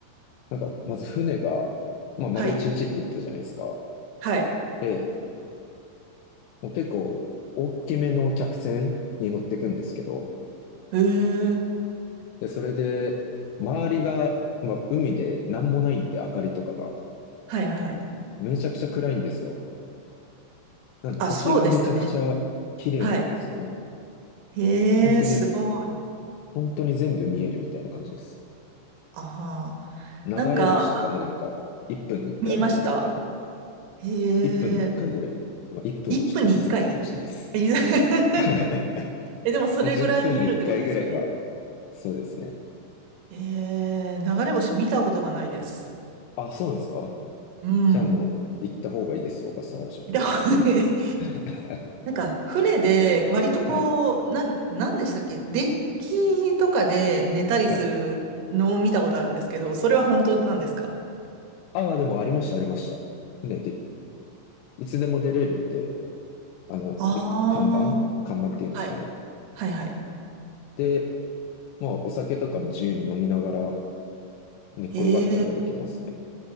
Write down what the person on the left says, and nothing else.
なんか、まず船が、まあ、丸一日って言ったじゃないですか。
で、もう結構、大きめの客船に乗ってくんですけど、
で、それで、周りが、まあ、海でなんもないんで、明かりとかが、
めちゃくちゃ暗いんですよ。なんで星がめちゃくちゃ綺麗なんですよね。
本当に、
本当に全部見えるみたいな感じです。
流れ星とかもなんか、
1分に1回見れるぐらいの、
1分に1回ぐらい、まあ、1分はちょっと言い過ぎたかもしれないです。
<laughs>
まあ10分に1回ぐらいは、そうですね。
あ、そうなんですか
じゃあもう行った方がいいですよ、小笠原諸島。
<laughs> は
い。
はい。
ああ、でもありました、ありました。ね、で、いつでも出れるんで、あの、
で、看板看板っていうんですかね。
で、まあ、お酒とかも自由に飲みながら寝っ転がったりはできますね。